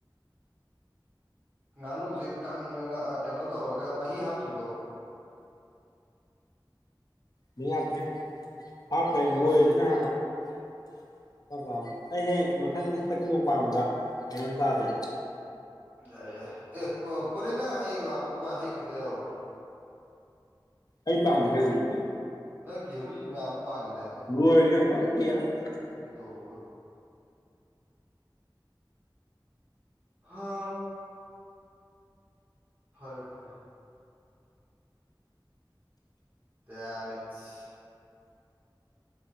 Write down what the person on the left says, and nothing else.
ꯃꯍꯤ ꯍꯥꯞꯇ꯭ꯔꯦ ꯍꯥꯞꯇꯦ
ꯂꯣꯏꯔꯦꯗꯅ
ꯍꯥꯟꯅ ꯑꯩ ꯍꯦꯛ ꯃꯊꯪ ꯍꯟꯗꯛꯀꯤ ꯅꯣꯡ ꯄꯝꯗ ꯀꯩꯅꯣꯝ ꯆꯥꯁꯦ
ꯑꯩ ꯇꯥꯡꯈ꯭ꯔꯦ ꯍꯧꯖꯤꯛꯇꯤ
ꯨ ꯂꯣꯏꯒ꯭ꯔꯦ ꯂꫭꯏꯟ ꯀꯦꯂꯒ